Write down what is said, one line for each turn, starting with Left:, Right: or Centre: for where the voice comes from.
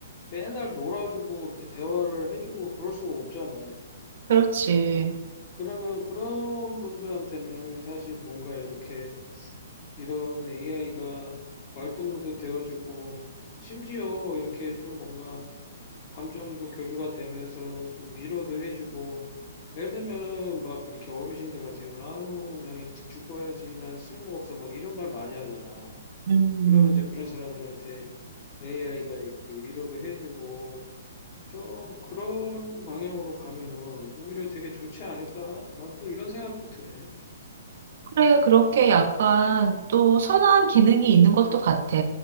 Left: 맨날 놀아주고 이렇게 대화를 해주고 그럴 수가 없잖아.
Right: 그렇지.
Left: 그러면 그런 분들한테는 사실 뭔가 이렇게 이런 AI가 말동무도 되어주고 심지어 이렇게 좀 뭔가 감정도 교류가 되면서 좀 위로도 해주고 예를 들면은 막 이렇게 어르신들 같은 경우는 아유 그냥 일찍 죽어야지 나는 쓸모없어 막 이런 말 많이 하잖아.
Right: 음.
Left: 그러면 이제 그런 사람들한테 AI가 이렇게 위로도 해주고 좀 그런 방향으로 가면은 오히려 되게 좋지 않을까? 난 또 이런 생각도 드네.
Right: 그래, 그렇게 약간 또 선한 기능이 있는 것도 같아.